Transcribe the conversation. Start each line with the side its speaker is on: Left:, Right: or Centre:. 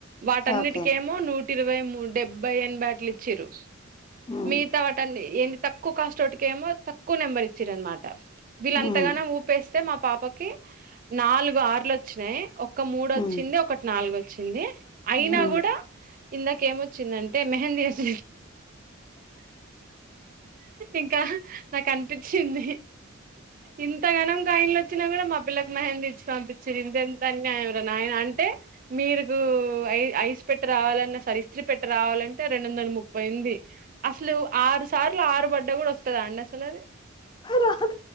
Right: వాటన్నిటికేమో
Left: ఓకే
Right: నూ ఇరవై మూడు, డెబ్బై, ఎనభై అట్లి చిరు,
Left: ఉమ్
Right: మిగతా వాటన్ని ఏంటి తక్కువ కాస్ట్ వాటికేమో, తక్కువ నెంబర్ ఇచ్చిరన్నామాట. వీళ్ళంతగనం
Left: ఉమ్
Right: ఊపేస్తే మా పాపకి నాలుగు ఆరులు వచ్చినాయి, ఒక్క మూడు వచ్చింది,
Left: ఉమ్
Right: ఒకటి నాలుగు వచ్చింది,
Left: ఉమ్
Right: అయినా గుడ్ డ ఇందాకేమొచ్చిందంటే మెహందీ ఏస్ ఇంకా నాకు అనిపించింది. ఇంత గనం కాయిన్లు వచ్చినా గుడ మా పిల్లకు మహందీ ఇచ్చి పంపించిండు, ఇందదెంత అన్యాయం రా నాయనా అంటే, మీరుకు ఐ ఐస్ పెట్టి రావాలన్నా సరే, ఇస్త్రీ పెట్ట రావాలంటే రెండు వందల ముప్పై ఉంది, అసలు ఆరు సార్ ఆరు బడ్డ గుడా వస్తదా అండి అసలది
Left: రాదు